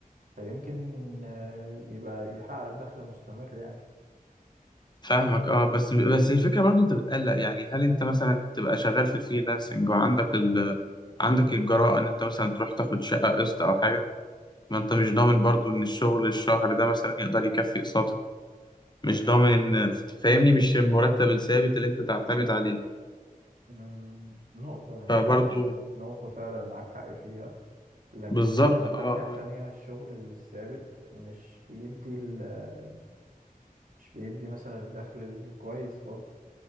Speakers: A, on the right; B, on the left.
A: فيمكن آه، يبقى يحقق دخل مستمر يعني
B: فاهمك اه بس بس الفكرة برضه أنت بتقلق يعني هل أنت مثلا تبقى شغال في الفريلانسنج وعندك ال عندك الجراءة إن أنت مثلا تروح تاخد شقة قسط أو حاجة ما انت مش ضامن برضو ان الشغل الشهر ده مثلا يقدر يكفي اقساطك مش ضامن ان فاهمني مش المرتب الثابت اللي انت تعتمد عليه
A: أمم، نقطة يعني
B: فبرضو
A: نقطة فعلا معاك حق فيها لكن
B: بالظبط
A: على الناحية
B: اه
A: التانية
B: اه
A: الشغل الثابت مش بيدي ال- آه، مش بيدي مثلا الدخل الكويس برضه